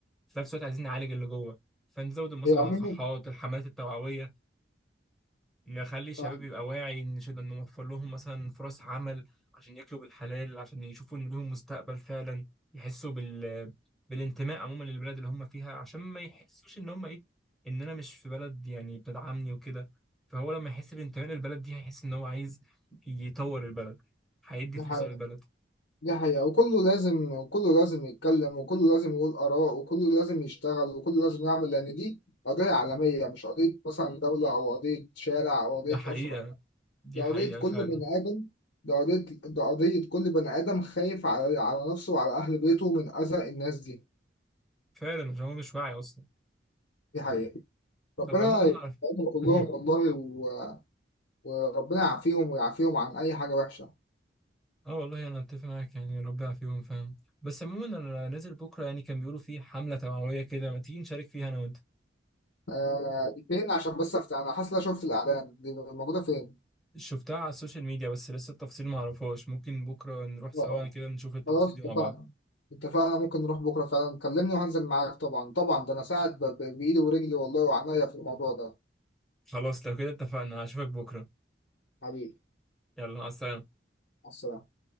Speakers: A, in the centre; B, on the left.
A: في نفس الوقت عايزين نعالج اللي جوه فنزود مثلا
B: هي عموما
A: المصحات الحملات التوعويه نخلي الشباب
B: آه،
A: يبقى واعي نشد- نوفر لهم مثلا فرص عمل عشان ياكلوا بالحلال عشان يشوفوا ان لهم مستقبل فعلا يحسوا بال بالانتماء عموما للبلد اللي هم فيها عشان ما يحسوش ان هم ايه ان انا مش في بلد يعني بتدعمني وكده فهو لما يحس بانتماء للبلد دي هيحس ان هو عايز يطور البلد هيدي
B: دي
A: فرصة
B: حقيقة.
A: للبلد
B: دي حقيقة وكله لازم وكله لازم يتكلم وكله لازم يقول آراء وكله لازم يشتغل وكله لازم يعمل لأن دي قضية عالمية مش قضية مثلا دولة أو قضية شارع أو
A: ده
B: قضية
A: حقيقة
B: أسرة
A: دي
B: دي قضية
A: حقيقة
B: كل
A: فعلا
B: بني آدم دي قضية دي قضية كل بني آدم خايف على على نفسه وعلى أهل بيته من أذى الناس دي
A: فعلا عشان هو مش واعي اصلا
B: دي حقيقة ربنا
A: طب عموما
B: يبارك
A: على-
B: كلهم
A: <clears throat>
B: والله
A: <laughs>
B: و... وربنا يعافيهم ويعافيهم عن أي حاجة وحشة
A: اه والله انا اتفق معاك يعني ربنا يعافيهم فاهم بس عموما انا نازل بكره يعني كان بيقولوا في حمله توعويه كده ما تيجي نشارك فيها انا وانت
B: آه دي فين عشان بس أفتح أنا حاسس إن أنا شفت الإعلان دي موجودة فين؟
A: شفتها على السوشيال ميديا بس لسه التفاصيل ما اعرفهاش ممكن بكره نروح سوا
B: اه آه.
A: كده نشوف التفاصيل
B: خلاص اتفقنا
A: دي مع بعض
B: اتفقنا ممكن نروح بكرة فعلا كلمني وهنزل معاك طبعا طبعا ده أنا ساعد ب- ب- بإيدي ورجلي والله وعناية في الموضوع ده
A: خلاص لو كده اتفقنا هشوفك بكره
B: حبيبي
A: يلا مع السلامه
B: مع السلامة